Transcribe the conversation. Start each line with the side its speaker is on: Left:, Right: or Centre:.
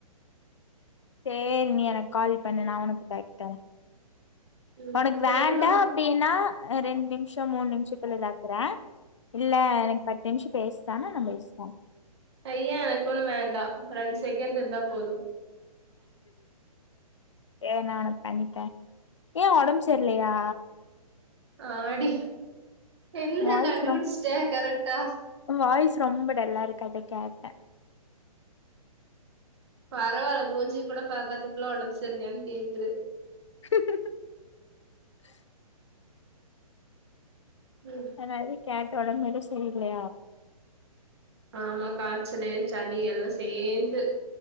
Left: சேரி நீ எனக் கால் பண்ணு நா கணக்ட் தரே
Right: ம்
Left: உனக்கு
Right: தெர்லமா
Left: வேண்டா அப்டினா ரெண்டு நிம்ஷோ மூண் நிம்ஷதுல வக்றே இல்ல எனக்கு பத்து நிம்ஷோ பேஸ்றானா நம்பேஸ்ரே
Right: ஐயே எனக்கு ஒண்ணு வேண்டா ரெண்டு செக் செகன்ட் இருந்தா போதும்
Left: ஏன்ன அனுப் கண்ணிப்பே ஏன் ஒடம் செர்லயா
Right: ஆ அடி என்னா
Left: வாய்ஸ்
Right: கண்டுடுச்ட்டே
Left: ரொம்
Right: கரெட்டா
Left: வாய்ஸ் ரொம்ப டல்லா இருக்க அத கேட்டெ
Right: பரவால்ல மூஞ்சி கூட பாக்காதகுள்ள ஒடம் செர்லயானு கேக்குது
Left: <inaudible>
Right: ம்
Left: என்னது கேட்ட உடு மேலு சொல்றயா
Right: ஆமா காச்சலு சளி எல்லா சேந்து